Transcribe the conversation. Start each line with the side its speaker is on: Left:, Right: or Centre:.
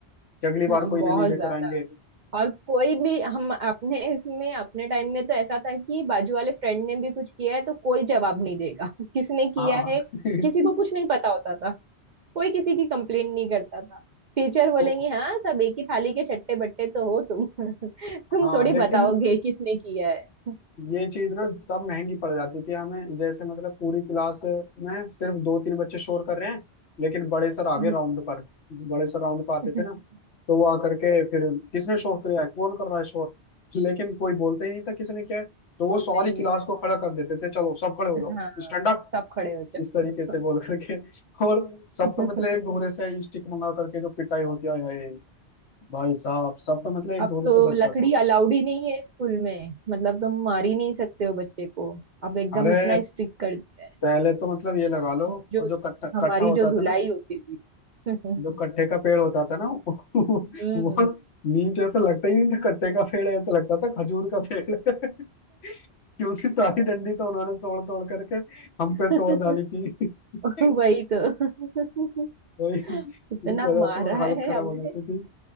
Left: कि अगली बार
Right: हाँ
Left: कोई
Right: बहुत
Left: इन्हें नहीं लेकर
Right: ज्यादा
Left: आएंगे
Right: और कोई भी हम अपने इसमें अपने टाइम में तो ऐसा था कि बाजू वाले फ्रेंड ने भी कुछ किया है तो कोई जवाब नहीं देगा <laughs> किसने किया
Left: हाँ
Right: है
Left: <laughs>
Right: किसी को कुछ नहीं पता होता कोई किसी की कंप्लेन नहीं करता था टीचर बोलेंगे
Left: तो
Right: हाँ सब एक ही थाली के छट्टे बट्टे तो हो तुम <laughs> तुम
Left: हाँ
Right: थोड़ी
Left: लेकिन
Right: बताओगे किसने किया है
Left: ये चीज ना तब महंगी पड़ जाती थी हमें जैसे मतलब पूरी क्लास में सिर्फ दो तीन बच्चे शोर कर रहे हैं लेकिन बड़े सर आ
Right: हम्म।
Left: गए राउंड पर बड़े सर राउंड पर आते
Right: <laughs>
Left: थे ना तो वो आकर के फिर किसने शोर किया है कौन कर रहा है शोर लेकिन कोई बोलता ही नहीं था किसने किया है तो वो
Right: बोलता
Left: सारी
Right: ही नहीं
Left: क्लास
Right: था
Left: को खड़ा कर देते थे चलो सब खड़े हो
Right: हाँ
Left: जाओ स्टैंड अप
Right: सब खड़े हो जाओ
Left: इस तरीके से बोल करके और सब
Right: <laughs>
Left: पे मतलब एक दोहरे से स्टिक मंगा करके जो पिटाई होती है हाय हाय, भाई साहब सब पे मतलब एक
Right: अब
Left: दोहरे
Right: तो
Left: से बजता
Right: लकड़ी
Left: था
Right: अलाउड ही नहीं है स्कूल में मतलब तुम मार ही नहीं सकते हो बच्चे को अब एकदम
Left: अरे
Right: इतना स्ट्रिक्ट कर दिया है
Left: पहले तो मतलब ये लगा
Right: और
Left: लो
Right: जो
Left: और जो कट्ठा
Right: हमारी
Left: कट्ठा होता
Right: जो
Left: था
Right: धुलाई
Left: ना
Right: होती थी <laughs>
Left: जो कट्ठे का पेड़ होता था ना <laughs>
Right: हम्म
Left: वो नीचे ऐसा लगता ही नहीं था कट्ठे का पेड़ है, ऐसा लगता था खजूर का पेड़ है। <laughs> क्योंकि सारी डंडी तो उन्होंने तोड़ तोड़ करके हम
Right: <laughs>
Left: पे तोड़ डाली थी <laughs>
Right: वही तो <laughs>
Left: तो इस
Right: इतना
Left: वजह
Right: मारा
Left: से और हालत
Right: है
Left: खराब
Right: हमें
Left: हो जाती थी